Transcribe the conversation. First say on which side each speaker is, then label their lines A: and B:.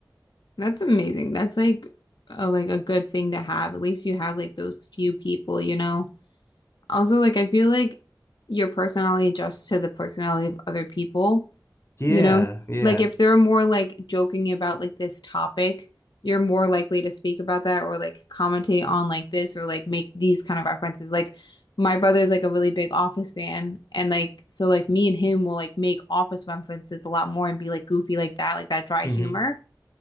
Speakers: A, on the left (about 80°); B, on the left (about 40°).
A: that's amazing. That's like a, like a good thing to have. At least you have like those few people, you know. Also, like I feel like your personality adjusts to the personality of other people,
B: yeah
A: you know?
B: yeah
A: Like if they're more like joking about like this topic, you're more likely to speak about that or like commentate on like this or like make these kind of references. Like my brother's like a really big Office fan and like so like me and him will like make Office references a lot more and be like goofy like that, like that dry
B: hmm
A: humor.